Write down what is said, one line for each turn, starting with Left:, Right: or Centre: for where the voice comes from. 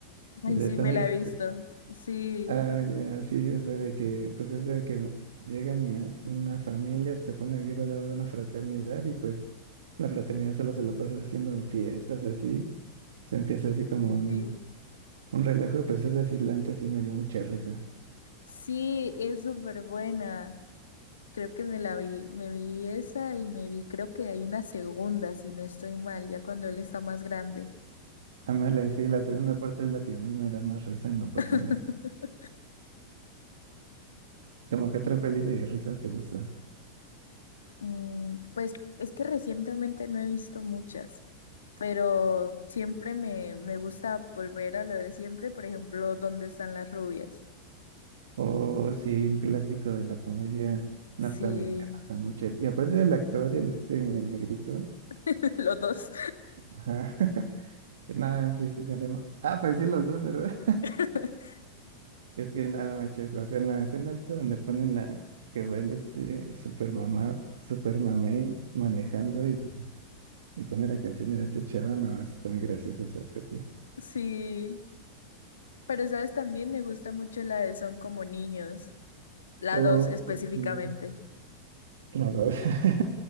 Left: Ay,
Right: O sea,
Left: sí,
Right: está
Left: me
Right: muy
Left: la
Right: gra-
Left: he visto. Sí,
Right: Ah, ya, sí, o sea, de que, pues es de que llegan y a una familia, se pone a vivir al lado de una fraternidad y pues la fraternidad solo se la pasa haciendo fiestas así. Se empieza así como un
Left: sí.
Right: Un relajo de princesas islantes sí me dio mucha risa.
Left: Sí, es súper buena. Creo que me la vi, me vi esa y me vi, creo que hay una segunda, si no estoy mal, ya cuando él está más grande.
Right: Además, la, sí, la segunda parte es la que a mí me da más risa en lo personal.
Left: <laughs>
Right: ¿Como que otra peli de risa te gusta?
Left: Mm, pues es que recientemente no he visto muchas, pero siempre me, me gusta volver a lo de siempre, por ejemplo, ¿Dónde están las rubias?
Right: O sí, un clásico de la comedia norteamericana,
Left: Sí,
Right: da mucha- Y aparte del actor, el este el negrito.
Left: <laughs> los dos.
Right: Ajá. <laughs> Nada, sí, sí, ya vemos. Ah, pues sí, los dos, ¿verdad? <laughs>
Left: <laughs>
Right: Es que nada, manches, o sea, en la escena esta donde ponen la que va el este super mamá, super mamey manejando y Y pone la canción de esta chava, no, está muy graciosa esa peli.
Left: Sí, pero sabes, también me gusta mucho la de Son como niños, la
Right: Oh,
Left: dos específicamente.
Right: sí, la <laughs>